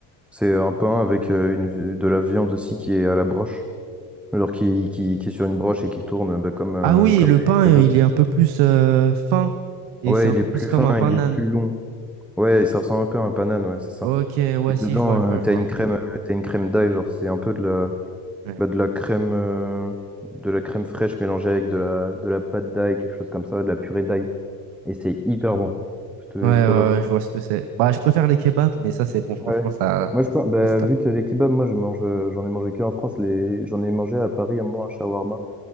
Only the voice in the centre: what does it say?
C'est un pain avec euh, une, vi- de la viande aussi qui est à la broche, genre qui, qui, qui est sur une broche et qui tourne bah, comme, euh,
comme
les
kebabs.
Ouais,
il
est plus
fin,
il
est plus long. Ouais, ça ressemble un peu à un panane, ouais, c'est ça.
Et dedans,
euh, t'as
une crème, euh, t'as une crème d'ail, genre c'est un peu de la,
bah, de la crème, euh, de la crème fraîche mélangée avec de la, de la pâte d'ail, quelque chose comme ça, de la purée d'ail. Et c'est hyper bon. Je te,
je te recommande.
Ouais.
Moi, je pense, bah,
vu que les kebabs, moi, je mange, euh, j'en ai mangé que en France. Les, j'en ai mangé à Paris un moment un shawarma.